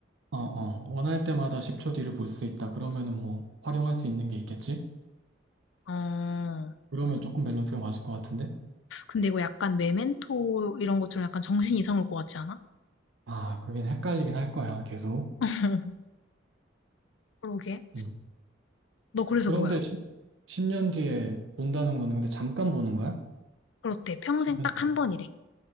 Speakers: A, on the right (about 75°); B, on the left (about 75°).
A: 어어 원할 때마다 10초 뒤를 볼 수 있다 그러면은 뭐 활용할 수 있는 게 있겠지
B: 어,
A: 그러면 조금 밸런스가 맞을 것 같은데
B: 근데 이거 약간 메멘토 이런 것처럼 약간 정신 이상 올 것 같지 않아?
A: 아 그게 헷갈리긴 할 거야 계속
B: <laughs> 그러게.
A: 음.
B: 너 그래서
A: 그런데
B: 뭐야?
A: 10, 년 뒤에 본다는 거는 근데 잠깐 보는 거야?
B: 그렇대. 평생
A: 10년
B: 딱
A: 뒤에
B: 한 번이래.